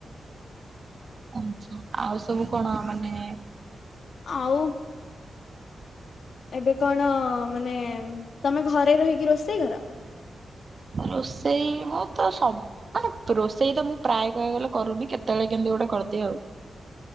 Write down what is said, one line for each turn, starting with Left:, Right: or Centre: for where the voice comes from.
Right: ଆଚ୍ଛା ଆଉ ସବୁ କଣ ମାନେ
Left: ଆଉ ଏବେ କଣ ମାନେ ତମେ ଘରେ ରହିକି ରୋଷେଇ କର।
Right: ରୋଷେଇ ମୁଁ ତ ସବ ମାନେ ରୋଷେଇ ତ ମୁଁ ପ୍ରାୟ କହିଆକୁ ଗଲେ କରୁନି କେତେବେଳେ କେମିତି ଗୋଟେ କରିଦିଏ ଆଉ।